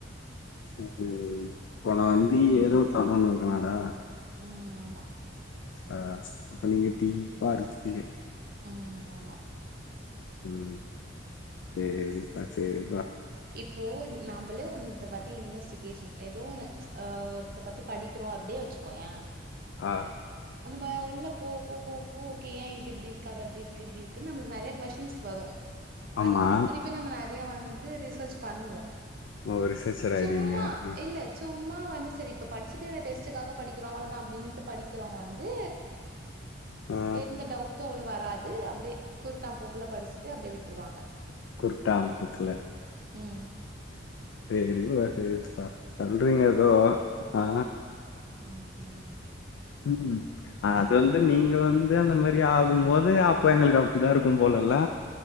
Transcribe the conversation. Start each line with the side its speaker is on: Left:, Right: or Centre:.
Left: இது இப்ப நா வந்து ஏதோ தனோன்னு இருக்கனாடா
Right: ம் ஆமா
Left: ஆ அப்ப நீங்க டீப்பா இருக்கீங்க
Right: ம் ஆமா
Left: ம் தெரித்துப்பா செரிப்பா
Right: இப்போ நாம்ளே ஒன்ன பத்தி இன்வெஸ்டிகேஷன் ஏதோ ஒன்னு ஆ ஒர்த்தர பத்தி படிக்கிறோ அப்படியே வச்சுக்கோயே
Left: ஆ
Right: அந்தமே உள்ளப் போவ் போவ் போ போ கே ஏ இது இப்டி இருக்காது அப்டி இருக்கு இப்டிருக் திர்ன் நமபளூக்கு நெறய கொஸின்ஸ் வரூ
Left: ஆமா
Right: அத பத்தி திருப்பி நம்ம நெறய வந்து ரிசர்ச் பண்ணுவோ
Left: ஓ வ ரிசச்சர் ஆய்டுவிங்க
Right: சும்மா
Left: அ
Right: இல்ல சும்மா வந்து செரி இப்ப படுச்சுட்டு இந்த டெஸ்ட்டுக்காக படிக்கிறோ அவ்வளதா அப்டின்ட்டு படிக்கிறவ்ங்க வந்து
Left: ஆ,
Right: எந்த டவுட்டு அவ்ளவ் வராது அப்புடே குருட்டாம் போக்குல படிச்சுட்டு அப்டே விட்ருவாங்க
Left: குருட்டாம்பொக்குல
Right: ம்
Left: சேரிபா சேரிப்பா பண்றீங்க எதோ அ ஆ
Right: ம்ஹும்
Left: ம் ம் அது வந்து நீங்க வந்து அந்த மாதிரி ஆகும் போது அப்ப எங்களுக்கு அப்படிதா இருக்கூ போலலில்ல